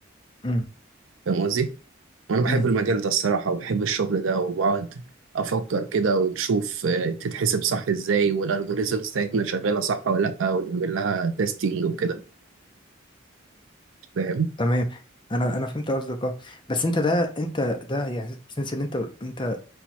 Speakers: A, on the left; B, on the right.
A: امم
B: فاهم قصدي؟ وانا بحب
A: امم
B: المجال ده الصراحة وبحب الشغل ده وبقعد افكر كده ونشوف آه، تتحسب صح ازاي والالجوريزمز بتاعتنا شغالة صح ولا لا ونعمل لها تيستنج وكده فاهم
A: تمام انا انا فهمت قصدك اه بس انت ده انت ده يعني سنس ان انت انت